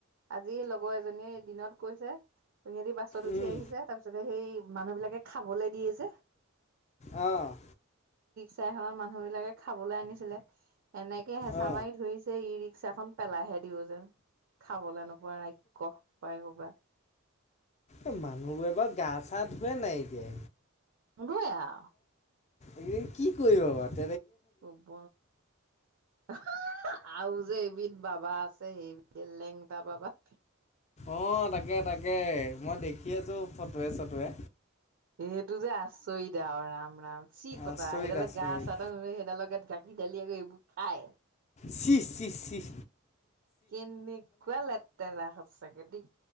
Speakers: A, on the right; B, on the left.
A: আজি লগ লগৰ এজনীয়ে দিনত কৈছে সিহঁতি বাছত উঠি
B: উম
A: আহিছে তাৰ পিছতে সেই মানুহ বিলাকে খাবলে দিয়ে যে।
B: অ'।
A: ত মানুহ বিলাকে খাবলৈ আনিছিলে এনেকে হেঁচা
B: অ
A: মাৰি ধৰি, ৰিক্সা খন পেলাইহে দিও যেন খাবলৈ নোপোৱা ৰাগ্স পাই ক'বা।
B: এ মানুহবোৰ এবাৰ গা চা ধোৱে নাই এতিয়া।
A: হ'ভয়ে আও
B: এদিন কি কৰিব আ
A: শব আৰু যেবিধ <unintelligible> বাবা আছে সেই লেংটা বাবা।
B: অ' তাকে তাকে মই দেখি আছো ফটোুৱে চটুৱে।
A: সেইটো যে আচৰিত আও ৰাম ৰাম চি কথা
B: আচৰিত
A: সেইডালে
B: আচৰিত
A: গা চা ত সেইডাল লগ গ দালি আ গ এইবোৰ খায় <unintelligible>
B: চি চি চিঃ।
A: কেনেকুৱা লেটাৰা সচাঁকে দেই